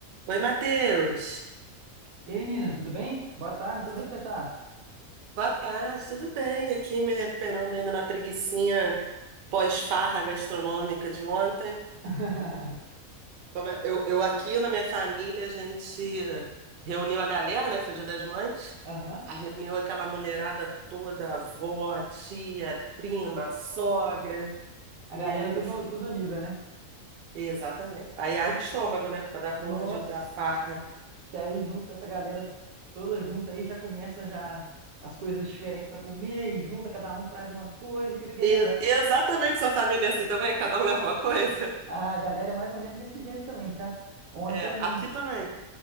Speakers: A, on the right; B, on the right.
A: Oi, Matheus.
B: E aí, Nina, tudo bem? Boa tarde,
A: Tudo...
B: como é que você tá?
A: Boa tarde, tudo bem? Aqui me recuperando ainda na preguicinha pós-farra gastronômica de ontem.
B: <laughs>
A: Como é- eu, eu aqui na minha família, a gente reuniu a galera, né? Foi Dia das Mães.
B: Aham.
A: A reuniu aquela mulherada toda, avó, tia, prima, sogra.
B: A
A: E
B: galera
A: aí, meu
B: tudo,
A: filho?
B: tudo unida, né?
A: Exatamente. Aí abre o estômago, né? Pra dar
B: Nossa,
A: conta de, da farra.
B: que aí junto com essa galera toda junta aí já começa já as coisas diferentes pra comer e junta, cada um traz uma coisa e fica aquele
A: E-
B: negócio.
A: exatamente, sua família é assim também? Cada um leva uma coisa?
B: A galera é mais ou menos desse jeito também, tá? Ontem,
A: É, aqui também.